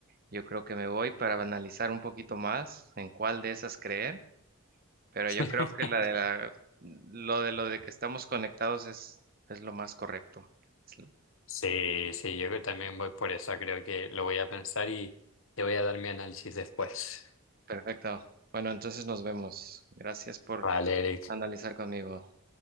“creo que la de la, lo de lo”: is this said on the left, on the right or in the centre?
Right